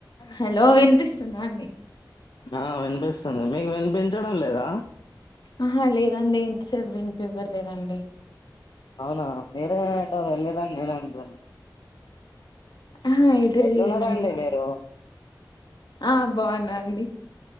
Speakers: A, on the left; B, on the left.
A: హలో వినిపిస్తుంద అండి
B: ఆ వినిపిస్తుంది మీకు వినిపించడం లేదా
A: ఆహా లేదండి ఇంతసేపు వినిపివ్వలేదండి
B: అవునా మీరే ఏంటో వెళ్లిరని నేనే అనుకున్న
A: ఆహా ఎదుర్లేదండి
B: ఎట్లున్నారండి మీరు
A: ఆ బావున్నా అండి